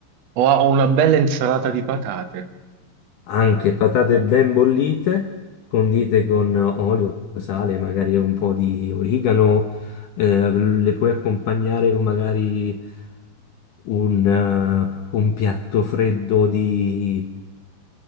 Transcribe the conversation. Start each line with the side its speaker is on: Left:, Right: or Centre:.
Right: ho, ho una bella insalata di patate,
Left: anche patate ben bollite, condite con olio, sale, magari un po' di origano, eh, le puoi accompagnare con magari un, eh, un piatto freddo di